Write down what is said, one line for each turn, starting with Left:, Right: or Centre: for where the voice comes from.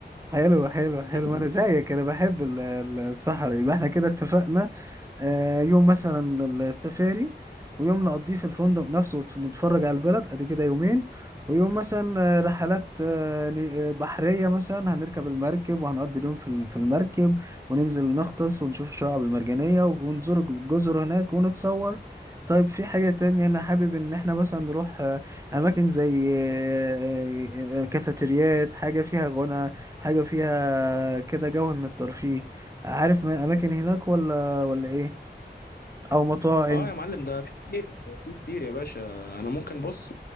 Right: حلو حلو حلو
Left: <laughs>
Right: انا زيك انا بحب ال- ال- السحر يبقى احنا كده اتفقنا آه، يوم مثلا السفاري ويوم نقضيه في الفندق نفسه وت- ونتفرج على البلد ادي كده يومين ويوم مثلا آه، رحلات آه، ن- آه، بحرية مثلا هنركب المركب وهنقضي اليوم في ال- في المركب وننزل نغطس ونشوف الشعاب المرجانية ونزور الج- الجزر هناك ونتصور طيب في حاجة تانية أنا حابب إن إحنا مثلا نروح آه، أماكن زي آه، آه، آه، كافيتريات حاجة فيها غنى حاجة فيها كده جو من الترفيه عارف ما- أماكن هناك ولا ولا إيه أو مطاعم
Left: اه يا معلم ده في كتير في كتير يا باشا انا ممكن بص